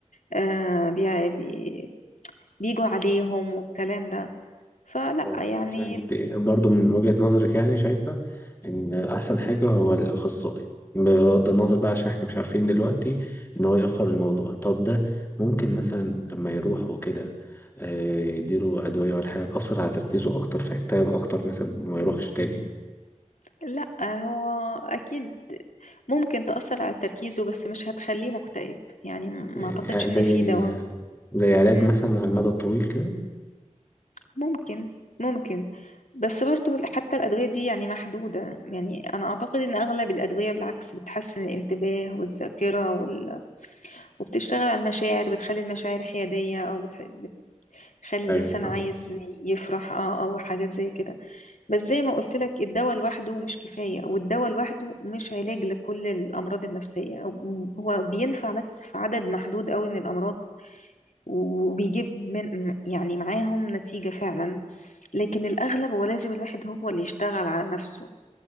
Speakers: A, on the left; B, on the left.
A: آه بي بي بيجوا عليهم والكلام ده فلا
B: آه.
A: يعني
B: بس انت برضو من وجهة نظرك يعني شايفة ان احسن حاجة هو الاخصائي بغض النظر بقى عشان احنا مش عارفين دلوقتي ان هو يأخر الموضوع طب ده ممكن مثلا لما يروح وكده آه، يديله ادوية ولا حاجة تأثر على تركيزه اكتر فيكتئب اكتر مثلا وما يروحش تاني
A: لا هو أكيد ممكن تأثر على تركيزه بس مش هتخليه مكتئب يعني ما
B: يعني
A: أعتقدش
B: آه، زي
A: إن في دواء
B: زي علاج
A: مم.
B: مثلا على المدى الطويل كده
A: ممكن ممكن بس برضو حتى الأدوية دي يعني محدودة يعني أنا أعتقد إن أغلب الأدوية بالعكس بتحسن الانتباه والذاكرة وال... وبتشتغل على المشاعر بتخلي المشاعر حيادية أو بتح... بتخلي الإنسان
B: ايوه فاهم
A: عايز يفرح أه أو حاجات زي كده بس زي ما قلت لك الدواء لوحده مش كفاية والدواء لوحده مش علاج لكل الأمراض النفسية هو بينفع بس في عدد محدود قوي من الأمراض وبيجيب من يعني معاهم نتيجة فعلا لكن الأغلب هو لازم الواحد هو اللي يشتغل على نفسه